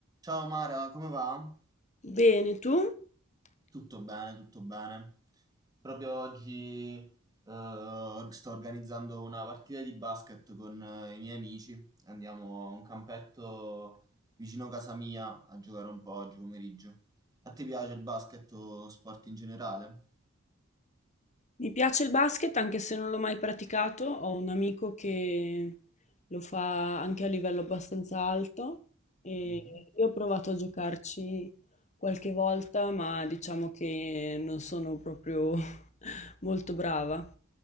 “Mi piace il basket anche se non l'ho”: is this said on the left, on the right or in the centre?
Left